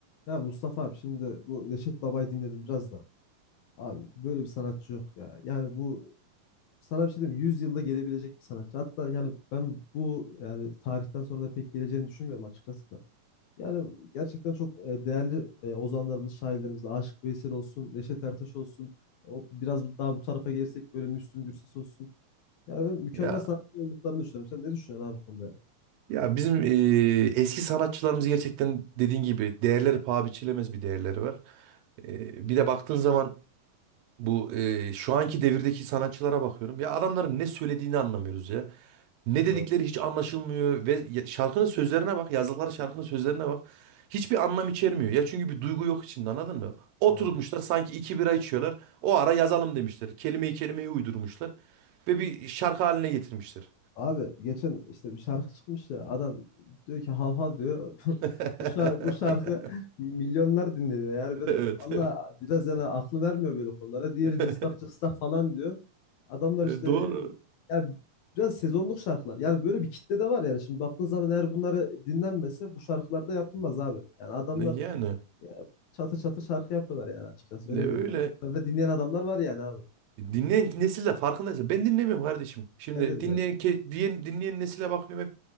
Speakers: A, on the left (about 65°); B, on the right (about 80°).
A: Ya Mustafa abi şimdi bu Neşet Baba'yı dinledim biraz da. Abi böyle bir sanatçı yok ya. Yani bu sana bir şey diyeyim mi? 100 yılda gelebilecek bir sanatçı. Hatta yani ben bu yani tarihten sonra da pek geleceğini düşünmüyorum açıkçası da. Yani gerçekten çok e, değerli e, ozanlarımız, şairlerimiz, Aşık Veysel olsun, Neşet Ertaş olsun. O biraz bu- daha bu tarafa gelirsek böyle Müslüm Gürses olsun. Yani böyle mükemmel
B: Ya
A: sanatçı olduklarını düşünüyorum. Sen ne düşünüyorsun abi bu konuda ya?
B: ya bizim eee, eski sanatçılarımız gerçekten dediğin gibi değerleri paha biçilemez bir değerleri var. Eee, bir de baktığın zaman bu eee, şu anki devirdeki sanatçılara bakıyorum. Ya adamların ne söylediğini anlamıyoruz ya. Ne dedikleri
A: Doğru.
B: hiç anlaşılmıyor ve ya- şarkının sözlerine bak, yazdıkları şarkının sözlerine bak. Hiçbir anlam içermiyor. Ya çünkü bir duygu yok içinde anladın mı? Oturmuşlar
A: Doğru.
B: sanki iki bira içiyorlar. O ara yazalım demişler. Kelimeyi kelimeye uydurmuşlar ve bir şarkı haline getirmişler.
A: Abi geçen işte bir şarkı çıkmış ya adam diyor ki hav hav diyor. <laughs>
B: <laughs>
A: Bu şarkı, bu şarkı milyonlar dinleniyor. Yani
B: <laughs>
A: ben
B: Evet.
A: valla biraz yani aklı vermiyor böyle konulara. Diğeri
B: <laughs>
A: cıstak cıstak falan diyor. Adamlar
B: E,
A: işte
B: Doğru.
A: ne bileyim ya biraz sezonluk şarkılar. Yani böyle bir kitle de var yani. Şimdi baktığın zaman eğer bunları dinlenmese bu şarkılar da yapılmaz abi. Yani adamlar
B: E, Yani
A: ya, çatır çatır şarkı yapıyorlar yani açıkçası öyle
B: e, öyle
A: diyeyim yani. Bunları da dinleyen adamlar var yani abi.
B: dinleyen nesille farkındaysa ben dinlemiyorum kardeşim. Şimdi
A: Ben de dinlemiyorum.
B: dinleyen ke- diyen dinleyen nesile bakıyorum hep